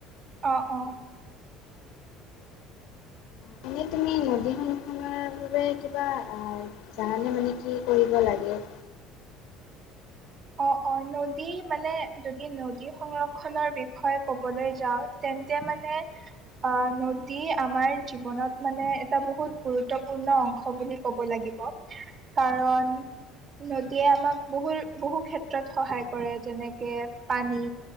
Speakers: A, on the right (about 25°); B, on the left (about 60°).
A: অহ অ।
B: মানে তুমি নদী খনৰ কিবা আ জানালে মানে কি কৰিব লাগে?
A: অ অ নদী মানে যদি নদী সংৰক্ষনৰ বিষয়ে ক'বলৈ যাওঁ তে তেন্তে মানে অ নদী আমাৰ জীৱনত মানে এটা বহুত গুৰুত্বপূৰ্ণ অংশ বুলি ক'ব লাগিব। কাৰণ নদীয়ে আমাক বহুত বহু ক্ষেত্ৰত সহায় কৰে যেনেকে পানী